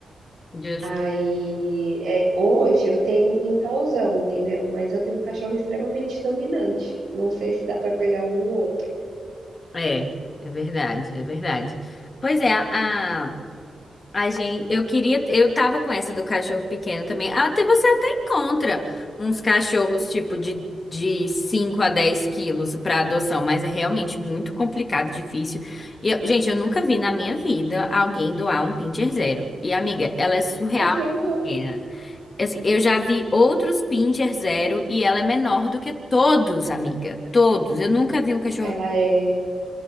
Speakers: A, on the left; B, on the right.
A: justo.
B: Aí, eh, hoje eu tenho um quintalzão, entendeu, mas eu tenho um cachorro extremamente dominante, não sei se dá para pegar algum outro.
A: É, é verdade, é verdade. Pois é, a, A gente, eu queria, eu tava com essa do cachorro pequeno também. Até você até encontra uns cachorros tipo de, de 5 a 10 quilos pra adoção, mas é realmente muito complicado, difícil. E, eu- gente, eu nunca vi na minha vida alguém doar um pincher zero. E amiga, ela é surreal,
B: Eu também não.
A: pequena. Assim, Eu já vi outros pincher zero e ela é menor do que todos, amiga. Todos. Eu nunca vi um cachorro.
B: Ela é